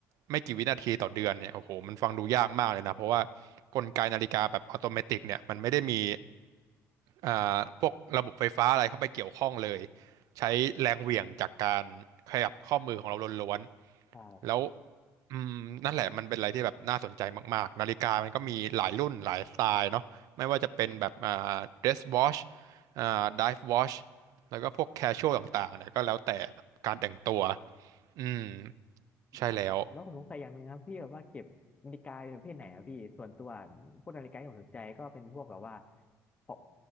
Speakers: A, on the right (about 75°); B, on the left (about 25°).
A: ไม่กี่วินาทีต่อเดือนเนี่ยโอ้โหมันฟังดูยากมากเลยนะเพราะว่ากลไกนาฬิกาแบบอัตโนมัติเนี่ยมันไม่ได้มีอ่าพวกระบบไฟฟ้าอะไรเข้าไปเกี่ยวข้องเลยใช้แรงเหวี่ยงจากการขยับข้อมือของเราล้วนๆแล้ว
B: ใช่
A: อืมนั่นแหละมันเป็นอะไรที่แบบน่าสนใจมากๆนาฬิกามันก็มีหลายรุ่นหลายสไตล์เนาะ ไม่ว่าจะเป็นแบบอ่า dress wash อ่า dive wash แล้วก็พวก casual ต่างๆเนี่ยก็แล้วแต่การแต่งตัว อืม ใช่แล้ว
B: นะครับแล้วผมสงสัยอย่างหนึ่งครับพี่แบบว่าเก็บนาฬิกาเป็นประเภทไหนอะพี่ส่วนตัวพวกนาฬิกาที่ผมสนใจก็เป็นพวกแบบว่าพวก